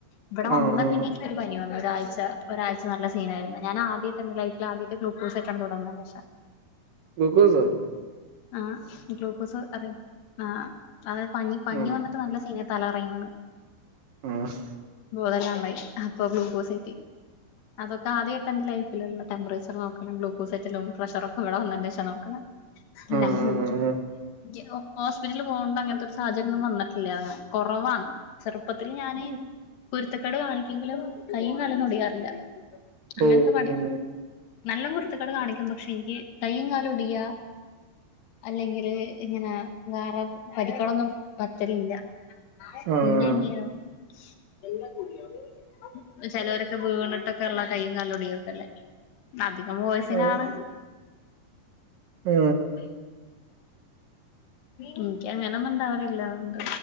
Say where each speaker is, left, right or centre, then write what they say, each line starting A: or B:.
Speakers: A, on the left; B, on the right.
A: ഇവിടെ വന്നാ
B: ആഹ് ആഹ് ആഹ്
A: പിന്നെ എനിക്കൊരു പനി വന്നു ഒരാഴ്ച്ച, ഒരാഴ്ച നല്ല സീനായിരുന്നു ഞാൻ ആദ്യമായിട്ട് എന്റെ ലൈഫിൽ ആദ്യമായിട്ടാണ് ഗ്ലൂകോസ്ആയിട്ടാണ്ഇവിടെ വന്നെ
B: ഗ്ലൂക്കോസ്
A: ആഹ്, ഗ്ലൂക്കോസ് ആ അതായത് പനി പനി
B: ഉം
A: വന്നിട്ട് നല്ല സീന തല കറങ്ങി വീണ്.
B: ആഹ്
A: അതല്ല ഉള്ളായി അപ്പൊ ഗ്ലൂക്കോസ്സ് കേറ്റി അതൊക്കെ ആദ്യായിട്ട ലൈഫിൽ ടെമ്പറേച്ചർ നോക്കണം ഗ്ലൂക്കോസൈറ്റിലും പ്രഷറൊക്കെ ഇവിടെ വന്ന ശേഷ നോക്കണേ. <unintelligible>
B: ഉം
A: ഹോസ്പിറ്റല് പോകണ്ട് അങ്ങനത്തെ ഒരു സാഹചര്യം ഒന്നും വന്നിട്ടില്ല അങ്ങനെ കുറവാണ് ചെറുപ്പത്തിൽ ഞാന്
B: ഉം
A: കുരുത്തക്കേട് കാണിക്കുമെങ്കിലും കൈയും കാലും ഒന്നും ഒടിയാറില്ല അങ്ങനത്തെ
B: ഓ
A: പണി
B: ഉം
A: നല്ല കുരുത്തകേട് കാണിക്കും പക്ഷെ എനിക്ക് കയ്യും, കാലും. ഒടിയാ അല്ലെങ്കില് ഇങ്ങനെ വേറെ പരിക്കളൊന്നും പറ്റലില്ല <unintelligible>
B: ആഹ്
A: ചിലവരൊക്കെ വീണിട്ടൊക്കെ ഉള്ള കൈയും കല്ലോടിയും ഒക്കെ അല്ലേ അധികം ബോയിസിനാണ്
B: ഉം ഉം
A: അ എനിക്കങ്ങനൊന്നുംണ്ടാവാറില്ല അതുകൊണ്ട്